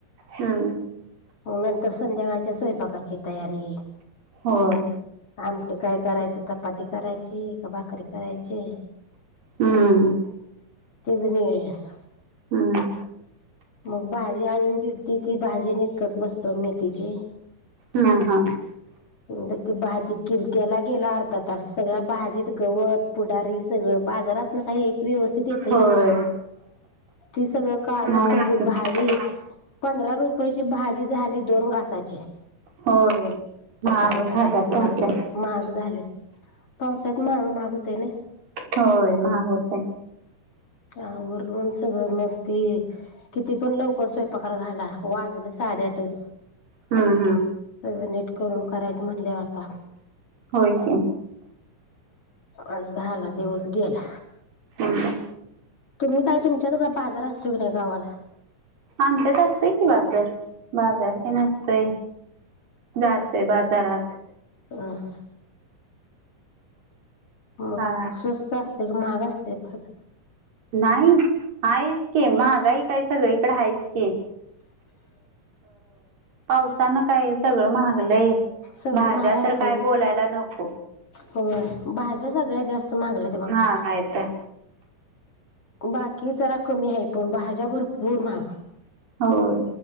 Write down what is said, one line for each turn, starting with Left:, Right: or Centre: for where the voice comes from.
Right: हम्म.
Left: मग नंतर संध्याकाळच्या स्वयंपाकाची तयारी.
Right: होय
Left: आमटी काय करायचं चपाती करायची का भाकरी करायची.
Right: हम्म
Left: तेच नियोजन
Right: हम्
Left: मग भाजी आणून दिली त ती भाजी निट करत बसतो मेथीची.
Right: हम हा.
Left: म्हण ती भाजी किर्तीला गेला अर्धा तास सगळ्या भाजीत गवत, पुडारी सगळ. बाजारात ना काही एक व्यवस्थित येत व्हय
Right: होय
Left: ते सगळं काढू
Right: नाहीच
Left: सगळ भारी
Right: की
Left: पंधरा रुपयाची भाजी झाली दोन घासाची..
Right: होय
Left: आता
Right: महाग
Left: काय
Right: होत
Left: करायचं
Right: राहत्यात
Left: म्हणलं
Right: भाज्या
Left: महाग झालंत. पावसात माळू महाग होतय नाय.
Right: होय महाग होतय.
Left: आवरून सगळं मग ते किती पण लवकर स्वयंपाक घाला वाजलं साडे आठ च
Right: हम्
Left: सगळ नीट करून करायचं म्हटल्यावर आता
Right: होय की.
Left: आ झाला दिवस गेला
Right: हम्म
Left: तुम्ही काय तुमच्या दुघा बाजार असतो की नाही गावाला
Right: आमच्यात असतय की बाजार बाजार क नसतय जातय बाजार. जरात
Left: ह हा म
Right: हा
Left: स्वस्त असते क महाग असते बाजा
Right: नाही आहेच क महागाई काय सगळीकडे हायेच पावसानं काय सगळ महाग
Left: सगळं
Right: माझ्या
Left: महाग
Right: तर
Left: असते
Right: काय बोलायला नको.
Left: होय भाज्या सगळ्यात जास्त मगल्या ते बघा.
Right: महागाय त्या
Left: बाकी जरा कमी आहे पण भाज्या भरपूर महाग
Right: होय